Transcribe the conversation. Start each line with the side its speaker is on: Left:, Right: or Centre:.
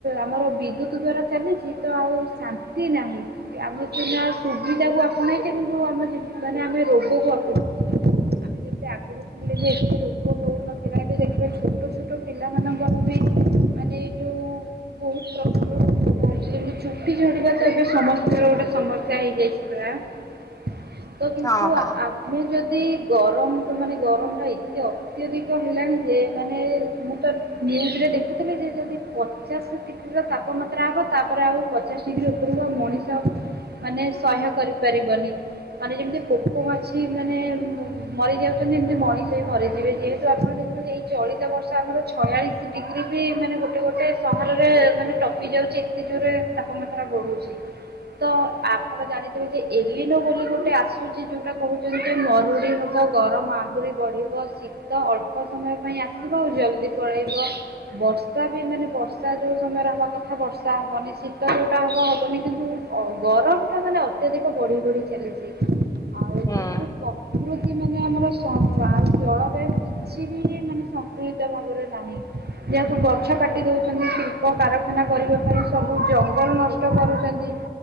Right: ଆମର ବିଦ୍ୟୁତ ଦ୍ଵାରା ଚାଲିଛି ତ ଆଉ ଶାନ୍ତି ନାହିଁ। ଆମେ ସିନା ସୁବିଧାକୁ ଆପଣେଇଛେ କିନ୍ତୁ ଆମ ମାନେ ଆମେ ରୋଗକୁ ଆପଣେଇଛେ। ଆମେ ଯେମିତି ଆଗରୁ ଥିଲେ ଯେ ଏତେ ରୋଗ ହେଉନଥିଲା ଏବେ ଦେଖିବା ଛୋଟ ଛୋଟ ପିଲାମାନଙ୍କର ବି ମାନେ ଏ ଯେଉଁ ବହୁତ ପ୍ରକାରର ରୋଗ ବାହାରିଛି। ଯେମିତି ଚୁଟି ଝଡିବା ତ ଏବେ ସମସ୍ତଙ୍କର ଗୋଟେ ସମସ୍ୟା ହେଇଯାଇଛି। <unintelligible> ଶୀତ କିନ୍ତୁ
Left: ହଁ ହଁ
Right: ଆ ମୁ ଯଦି ଗରମ ତ ମାନେ ଗରମଟା ଏତେ ଅତ୍ୟଧିକ ହେଲାଣି ଯେ ମାନେ ମୁଁ ତ ଧିରେ ଧିରେ ଦେଖିବେ ଦେଖିବେ ଯେ ଯଦି ପଚାଶ ଡିଗ୍ରୀର ତାପମାତ୍ରା ହେବ ତାପରେ ଆଉ ପଚାଶ ଡିଗ୍ରୀ ଉପରକୁ ମଣିଷ ଆଉ ମାନେ ସହ୍ୟ କରିପାରିବନି ମାନେ ଯେମିତି ପୋକ ମାଛି ମାନେ ମରି ଯାଉଛନ୍ତି ଏମତି ମଣିଷ ବି ମରିଯିବେ ଯେହେତୁ ଆପଣ ଦେଖୁଛନ୍ତି ଏଇ ଚଳିତ ବର୍ଷ ଆମର ଛୟାଳିଶ ଡିଗ୍ରୀ ବି ମାନେ ଗୋଟେ ଗୋଟେ ସହରରେ ମାନେ ଟପି ଯାଉଛି ଏତେ ଜୋରେ ତାପମାତ୍ରା ବଢୁଛି। ତ ଆପଣ ଜାଣିଥିବେ ଯେ ଏଲିନୋ ବୋଲି ଗୋଟେ ଆସୁଛି ଯୋଉଟା କହୁଛ ଯେମିତିି ମରୁଡ଼ି ହବ ଗରମ ଆହୁରି ବଢିବ ଶୀତ ଅଳ୍ପ ସମୟ ପାଇଁ ଆସି ଆସିବ ଆଉ ଜଲଦି ପଳେଇବ। ବର୍ଷା ବି ମାନେ ବର୍ଷା ଯୋଉ ସମୟରେ ହବା କଥା ବର୍ଷା ହବନି ଶୀତ ଯୋଉଟା ହବ ହବନି। କିନ୍ତୁ ଅ ଗରମ ଟା ମାନେ ଅତ୍ୟଧିକ ବଢି ବଢି ଚାଲିଛି ଆଉ
Left: ହୁଁ।
Right: ଯେହେତୁ ପ୍ରକୃତି କି ମାନେ ଆମର ସ ଆମ ଜଳବାୟୁ କିଛି ବି ମାନେ ସନ୍ତୁଳିତ ଭାବରେ ନାହିଁ। ଯେହେତୁ ଗଛ କାଟି ଦଉଛନ୍ତି ଶିଳ୍ପ କାରଖାନା କରିବା ପାଇଁ ସବୁ ଜଙ୍ଗଲ ନଷ୍ଟ କରୁଛନ୍ତି।